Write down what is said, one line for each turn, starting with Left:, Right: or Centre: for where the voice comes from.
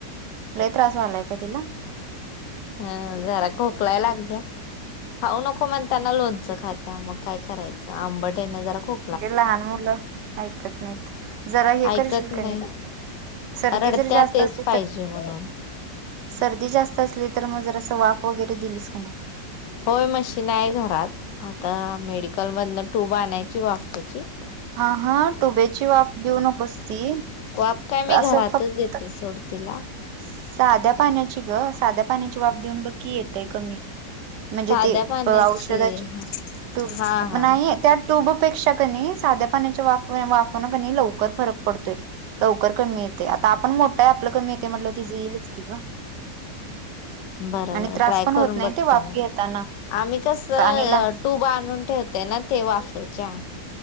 Right: लय त्रास व्हायलाय का तिला?
Left: अ जरा खोकलाय लागल्या, खाऊ नको म्हणताना लोणचं खाय त्या मग काय करायचं आंबट्या ह्यान जरा खो
Right: म्हणजे लहान मुलं ऐकत नाहीत जरा हे
Left: ऐकत
Right: करशील
Left: नाही
Right: कणी सर्दी
Left: रडत्या
Right: जर जास्त
Left: तेच
Right: असेल
Left: पाहिजे
Right: तर
Left: म्हणून
Right: सर्दी जास्त असली तर मग जरास वाफ वगैरे दिलीस का नाही?
Left: होय मशीन आहे घरात आता मेडिकल मधनं टूब आणायची वाफेची.
Right: आंहां टुबेची वाफ देऊ नकोस ती,
Left: वाफ काय मी
Right: असं
Left: घरातच
Right: फक्त
Left: देते सोड तीला.
Right: साध्या पाण्याची ग साध्या पाण्याची वाफ देऊन बघकी येतय कमी. म्हणजे
Left: साध्या
Right: ते
Left: पाण्याची
Right: अं औषधाचे
Left: हा
Right: ट्युब
Left: हा हा
Right: नाही त्या ट्यूबपेक्षा कनई साध्या पाण्याच्या वाफ वाफनी कनई लवकर फरक पडतोय. लवकर कमी येतेय आता आपण मोठं आहे आपलं कमी येतेय म्हटल्यावर तिचं येईलच की ग.
Left: बर
Right: आणि
Left: बर
Right: त्रास
Left: ट्राय
Right: पण
Left: करून
Right: होत नाही
Left: बघते
Right: ते वाफ
Left: मग
Right: घेताना
Left: आम्ही कस ट्युब
Right: आणि लहान
Left: आणुन ठेवते ना ते वाफूच्या.